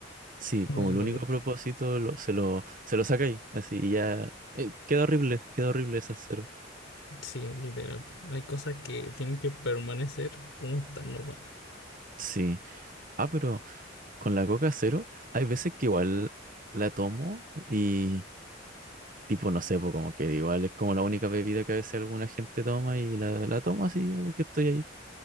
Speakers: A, on the right (about 45°); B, on the left (about 80°).
A: Sí,
B: Muy
A: como
B: malo.
A: el único propósito lo- se lo, se lo saca ahí, así y ya. eh, queda horrible, queda horrible esa cero.
B: Sí, literal. Hay cosas que tienen que permanecer como están nomás.
A: Sí. Ah, pero con la Coca cero, hay veces que igual la tomo y Tipo, no sé, pues como que igual es como la única bebida que a veces alguna gente toma y la, la toma así yo porque estoy ahí.